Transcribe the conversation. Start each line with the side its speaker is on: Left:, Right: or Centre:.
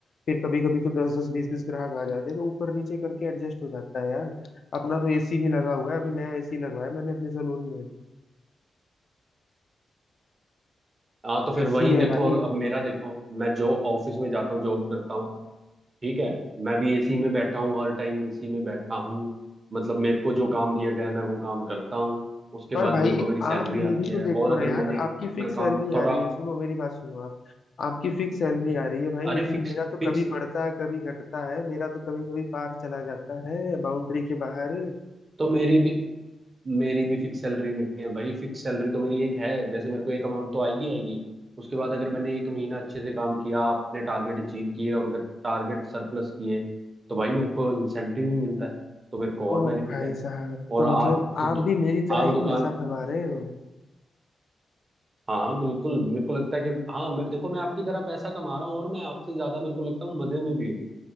Left: फिर कभी कभी तो दस दस बीस बीस ग्राहक आ जाते हैं तो ऊपर नीचे करके एडजस्ट हो जाता है यार अपना तो एसी भी लगा हुआ है अभी नया एसी लगवाया मैंने अपने सैलून में
Right: हाँ तो फिर
Left: एसी
Right: वहीं
Left: है
Right: देखो
Left: भाई
Right: अब मेरा देखो मैं जो ऑफिस में जाता हूँ जॉब करता हूँ ठीक है मैं भी एसी में बैठा हूँ हर टाइम एसी में बैठा हूँ मतलब मेरे को जो काम दिया गया है मैं वो काम करता हूँ उसके
Left: पर
Right: बाद
Left: भाई
Right: मेरे को मेरी सैलरी
Left: आप ये
Right: आती
Left: भी
Right: है
Left: तो देखो
Right: और अगर
Left: ना यार
Right: मैंने
Left: आपकी
Right: अपना
Left: फिक्स सैलरी
Right: काम थोड़ा
Left: आ रही है सुनो मेरी बात सुनो आप आपकी फिक्स सैलरी आ रही है भाई लेकिन
Right: अरे फिक्स
Left: मेरा तो
Right: फिक्स
Left: कभी बढ़ता है कभी घटता है मेरा तो कभी कभी पार चला जाता है बाउंड्री के बाहर
Right: तो मेरी भी मेरी भी फिक्स सैलरी नहीं है भाई फिक्स सैलरी तो मेरी एक है जैसे मेरे को एक अमाउंट तो आएगी आएगी उसके बाद अगर मैंने एक महीना अच्छे से काम किया अपने टारगेट अचीव किए और अगर टारगेट सरप्लस किए तो भाई मेरे को इंसेंटिव भी मिलता है तो मेरे को
Left: ओ
Right: और बेनिफिट
Left: भाई
Right: है
Left: साहब
Right: और
Left: तो
Right: आप
Left: मतलब
Right: तो
Left: आप
Right: दु,
Left: भी मेरी तरह
Right: आप
Left: ही
Right: दुकान
Left: पैसा कमा रहे हो
Right: हाँ हाँ बिल्कुल मेरे को लगता है कि हाँ मैं, देखो मैं आपकी तरह पैसा कमा रहा हूँ और मैं आपसे ज्यादा मेरे को लगता हूँ मजे में भी हूँ